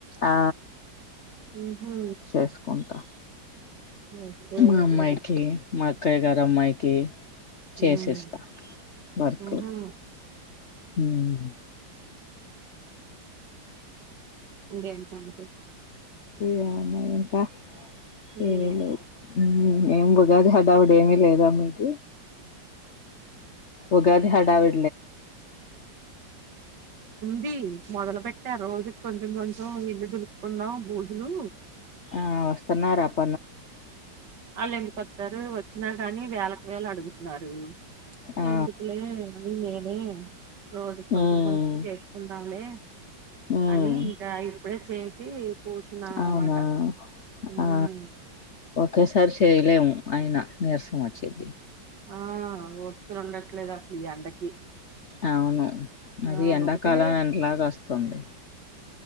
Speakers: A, on the left (about 55°); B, on the right (about 60°).
A: ఆ
B: ఉహు
A: చేసుకుంటా
B: ఓకే
A: మా అమ్మాయికి
B: వెరీ
A: మా అక్కయ్య గారి అమ్మాయికి చేసిస్తా
B: ఉమ్
A: వర్క్
B: ఉహు
A: ఊమ్
B: అడినుసంట
A: ఇేమన్నా ఇంకా
B: ఉమ్,
A: ఏమీ లేవు ఏం ఉగాది హడావుడు ఏమిీ లేద మీటి ఉగాది హడావి
B: ది మొదలు పెట్టే రోజు కొంచెం కొంచెం ఇల్లు దులుక్కుందం బూజలు
A: ఆ వస్తున్నార అప్
B: అలెందుకోతారు వచ్చినా గానీ వేలకు వేలు అడుగుతున్నారు
A: ఆ
B: ఏందుకులే అనీ నేనె ఉమ్ రోజుకు కొంచెం
A: ఉమ్
B: కొంచెం చేసుకుందాంలే
A: ఉమ్
B: అని ఇంకా అయి ఇప్పుడే చేసి కూర్చున్నాను
A: అవునా
B: అనమాట ఉమ్.
A: ఆ ఒకేసారి చేయలేము అయిన నీర్సా మోచిది మల్లా
B: ఆ ఓపీక ఉండట్లేదు అసలు ఈ ఎండకి
A: అవున అది
B: ఆ
A: ఎండాకాలంల
B: ఒకటే
A: లాగ వస్తుంది